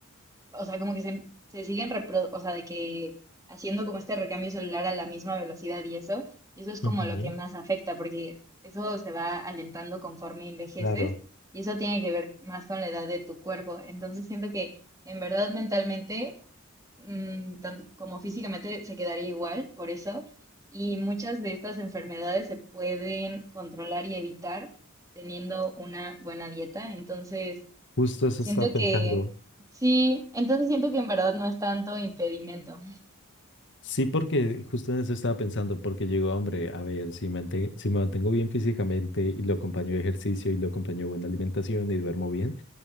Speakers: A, on the right (about 15°); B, on the left (about 60°).
A: o sea, como que se, se siguen, repro- o sea, de que haciendo como este recambio celular a la misma velocidad y eso, y eso es como
B: Ujú,
A: lo que más afecta, porque eso se va alentando conforme envejeces
B: Claro.
A: y eso tiene que ver más con la edad de tu cuerpo. Entonces siento que en verdad mentalmente, mm, tan- como físicamente, se quedaría igual por eso. Y muchas de estas enfermedades se pueden controlar y evitar teniendo una buena dieta. Entonces,
B: Justo eso
A: Siento
B: estaba pensando.
A: que, sí, entonces siento que en verdad no es tanto impedimento.
B: Sí, porque justo en eso estaba pensando, porque digo, hombre, a ver, si mante- si me mantengo bien físicamente y lo acompaño de ejercicio y lo acompaño de buena alimentación y duermo bien.